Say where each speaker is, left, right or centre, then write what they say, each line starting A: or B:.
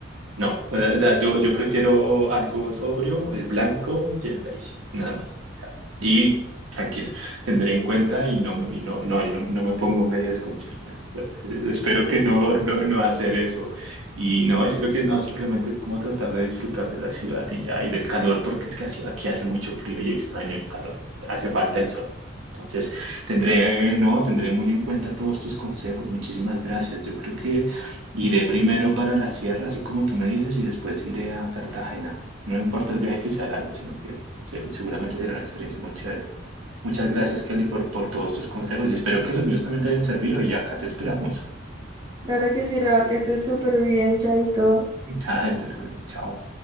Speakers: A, on the right; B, on the right.
A: No, eh, o sea, yo, yo prefiero algo sobrio, el blanco y el beige, nada más. O sea, y tranquila, tendré en cuenta y no, me- y no, no, yo no, no me pongo medias con chanclas. O sea, eh, espero que no, no, no hacer eso. Y no, yo creo que no, simplemente es como tratar de disfrutar de la ciudad y ya, y del calor, porque es que así- aquí hace mucho frío y extraño el calor. Hace falta el sol. Entonces, tendré, no, tendré muy en cuenta todos tus consejos. Muchísimas gracias. Yo creo que Iré primero para la sierra, así como tú me dices, y después iré a Cartagena. No importa el viaje que sea largo, sino que se- seguramente será una experiencia muy chévere. Muchas gracias, Kelly, por, por todos tus consejos y espero que los míos también te hayan servido y acá te esperamos.
B: La verdad que sí, Raúl, que estés súper bien, chaito.
A: <laughs> Ah, tú también, chao.